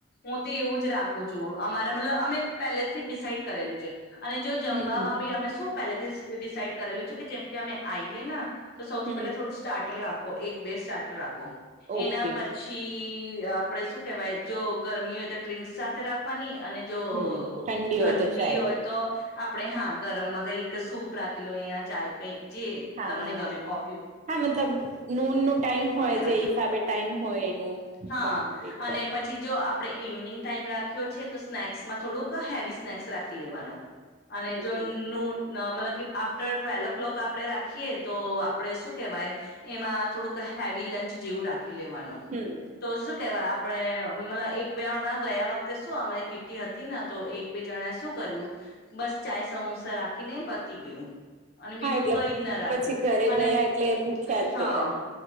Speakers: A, on the left; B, on the right.
A: હું તો એવું જ રાખું છું અમારે મતલબ અમે પેલેથી ડિસાાઈડ કરેલું છે અને જો જમવામાં
B: હમ હમ
A: બી અમે શું પહેલેથી ડિસાઈડ કરેલું છે કે જેમ કે અમે આઈએન તો સૌથી
B: હમ
A: પહેલા થોડું સ્ટાર્ટર રાખો એક બે સ્ટાર્ટર રાખો
B: ઓકે
A: એના પી પછી, આપડે શું કેવાય જો ગરમી હોય તો ડ્રિંક્સ સાથે રાખવાની અને જો
B: હમ
A: ઠંડી
B: હોય તો ચાય
A: હોય તો આપડે હા ગરમમાં કઈક સૂપ રાખી લો, અહીયા ચાય કઈક જે
B: હા
A: તમને ગમે કોફી
B: હા, મતલબ નૂન નું ટાઈમ હોય
A: વગેરે
B: જે
A: જો
B: હિસાબે ટાઈમ હોય એનું
A: હા,
B: કમ્પ્લીટ કરવું
A: અને પછી પછી જો આપણે ઇવનિંગ ટાઈમ રાખ્યો છે, તો સ્નેક્સમાં થોડુંક હેવી સ્નેક્સ રાખી લેવાનો અને
B: હમ
A: જો
B: હમ
A: નુન મતલબ કે આફ્ટર ટ્વેલ ઓ ક્લોક આપડે રાખીએ તો આપડે શું કેહેવાય એમાં થોડુંક હેવી લંચ જેવું રાખી લેવાનું
B: હમ્મ
A: તો શું કેવાય આપણે મતલ એક બે હમણાં ગયા વખતે શું અમારી કીટી હતી ન તો એક બે જણાએ શું કર્યું બસ ચાય, સમોસા રાખીને પતી ગયું અને
B: હા,
A: બીજું
B: એટલે
A: કઈ જ ના રાખ્યું
B: પછી ઘરે
A: અને
B: ગયા એટલે એ ભૂખ્યા જ
A: હા
B: ગયા